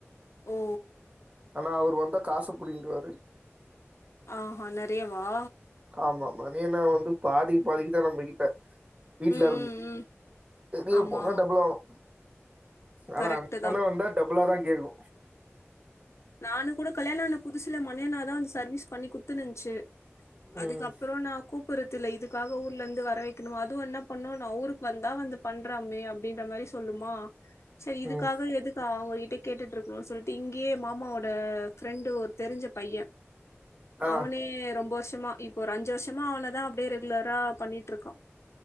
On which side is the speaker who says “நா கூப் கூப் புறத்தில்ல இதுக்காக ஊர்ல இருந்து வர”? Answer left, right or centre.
Left